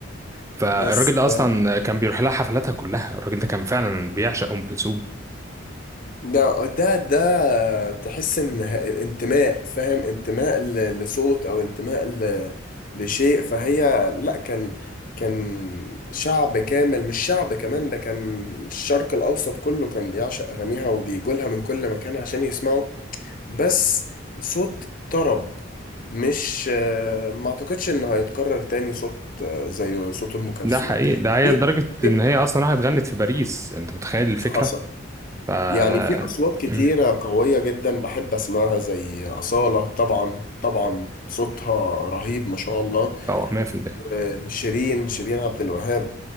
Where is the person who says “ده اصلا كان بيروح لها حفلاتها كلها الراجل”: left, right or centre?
Right